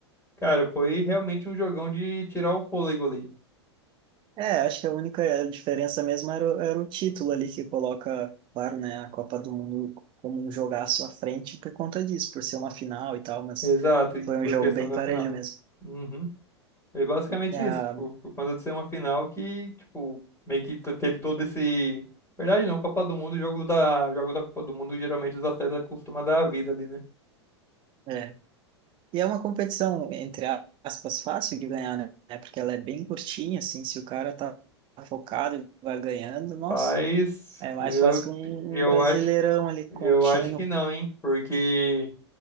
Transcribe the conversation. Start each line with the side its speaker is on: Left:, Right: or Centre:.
Left: Cara, foi realmente um jogão de tirar o fôlego ali.
Right: É, acho que a única diferença mesmo era, o- era o título ali que coloca, claro, né, a Copa do Mundo como um jogaço à frente por conta disso, por ser uma final e tal, mas
Left: Exato, e
Right: foi
Left: por
Right: um jogo
Left: questão
Right: bem
Left: da
Right: parelho
Left: final.
Right: mesmo.
Left: Uhum. Foi basicamente
Right: E a-
Left: isso, tipo, por conta de ser uma final que, tipo, meio que te- teve todo esse. Verdade não, Copa do Mundo, jogo da, jogo da Copa do Mundo, geralmente os atletas costumam dar a vida ali, né?
Right: é. E é uma competição, entre aspas, fácil de ganhar, né, porque ela é bem curtinha, assim, se o cara tá focado e vai ganhando, nossa,
Left: Rapaz,
Right: é mais
Left: eu,
Right: fácil que um,
Left: eu
Right: um brasileirão
Left: acho,
Right: ali contínuo.
Left: eu acho que não, hein? Porque